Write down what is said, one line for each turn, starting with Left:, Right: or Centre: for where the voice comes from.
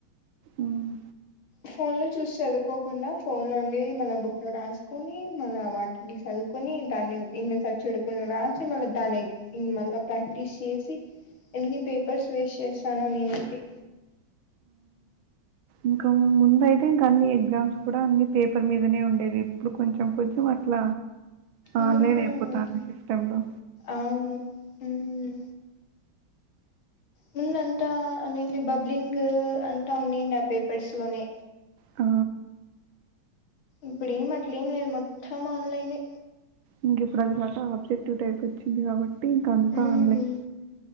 Right: ఉమ్
Left: ఫోన్ లో చూసి చదువుకోకుండా ఫోన్ లో ఉండేది మన బుక్ లో రాసుకుొని మన వాటిని చదువుకుొని దాన్ని ఇం సర్ చుడుకుని రాసి మళ్ళా దాన్ని మళ్ళా ప్రాక్టీస్ చేసి ఎన్ని పేపర్స్ వేస్ట్ చేసానో నేనైతే
Right: ఇంకా ముందయితే ఇంకా అన్ని ఎగ్జామ్స్ కూడా అన్ని పేప ర్ మీదనే ఉండేది ఇప్పుడు కొంచెం కొంచెం అట్ల ఆన్లైన్
Left: ఉమ్
Right: అయిపోతు తానే సిస్టమ్లో
Left: అవును ఉమ్ ముందంతా అనేది బబ్లింగ్ అంతా ఉన్నాడి ఆ పేపర్స్ లోనే
Right: ఆ
Left: ఇప్పుడు ఏం అట్లే ఏం లేదు మొత్తం ఆన్లైనే
Right: ఇంక ఇప్పుడు అది కాక ఆబ్జెక్టివ్ టైప్ వచ్చింది కాబట్టి ఇంక అంతా
Left: ఉమ్
Right: ఆన్లైనె